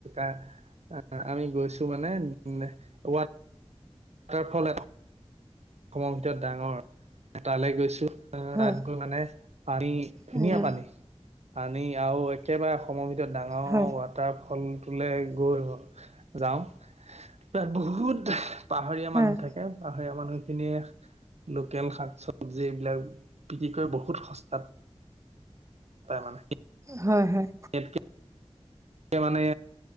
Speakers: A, on the right; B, on the right.
A: আহ আমি গৈছো মানে ৱাট টাৰ ফল এটা অসমৰ ভিতৰত ডাঙৰ তালৈ গৈছো আহ
B: হয়
A: তাত গৈ মানে পানী ধুনীয়া
B: উম,
A: পানী পানী আৰু একেবাৰে সময়ৰ ভিতৰত ডাঙৰ
B: হয়
A: ৱাটাৰ ফল ত গৈ যাওঁ তাত বহুত পাহাৰীয়া
B: হয়
A: মানুহ থাকে পাহাৰীয়া মানুহ খিনিয়ে লোকেল শাক চবজি এইবিলাক বিক্ৰী কৰি বহুত সস্তাত তাই মানে
B: হয় হয়
A: ইয়াতকে মানে